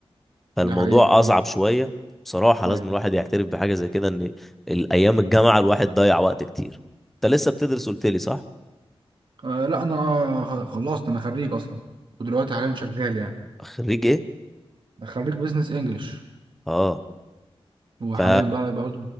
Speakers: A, in the centre; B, on the right (about 55°).
A: فالموضوع
B: ده حقيقة فعلا
A: اصعب شويه بصراحه
B: ايوه
A: لازم الواحد يعترف بحاجه زي كده ان الايام الجامعه الواحد ضيع وقت كتير انت لسه بتدرس قلت لي صح
B: آه لا انا خ- خلصت انا خريج اصلا ودلوقتي حاليا شغال يعني
A: خريج ايه
B: خريج بزنس انجلش
A: اه
B: وحاليا
A: ف
B: بقى بقى